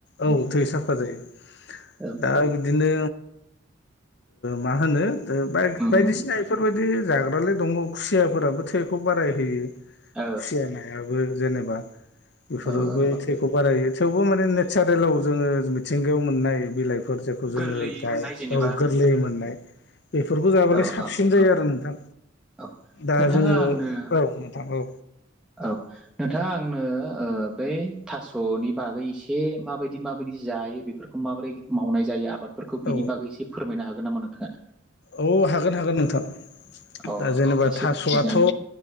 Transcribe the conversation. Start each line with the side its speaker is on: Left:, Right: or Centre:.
Left: औ थै साफा जायो
Centre: औ
Left: दा बिदिनो मा होनो
Centre: उम
Left: बायदिसिना बेफोरबायदि दि जाग्रालाय दङ खुसियाफोराबो थैखौ बाराय होयो
Centre: औ
Left: खुसिया नायाबो जेनेबा बेफोरो
Centre: औ औ औ
Left: खौ बारायो थेवबो माने नेचारेलाव जोङो मिथिंगायाव मोननाय बिलाइ फोर जेखौ जोङो
Centre: गोरलैयै
Left: गाय
Centre: मोननाय जेनेबा
Left: गोरलै मोननाय बेफोरखौ जायाबालाय
Centre: औ
Left: साबसिन
Centre: औ
Left: जायो आरो नोंथां
Centre: औ
Left: दा
Centre: नोंथाङा
Left: जोङो औ
Centre: आंनो
Left: नोंथां औ
Centre: औ नोंथाङा आंनो बै थास'नि बागै एसे माबायदि माबायदि जायो बेफोरखौ खौ माबोरै मावनाय जायो आबादफोरखौ
Left: औ
Centre: बिनि बागै एसे फोरमायनो हागोन नामा नोंथाङा
Left: औ हागोन हागोन नोंथां
Centre: अ
Left: दा जेनेबा
Centre: एसे
Left: थास'आथ'
Centre: बिनानै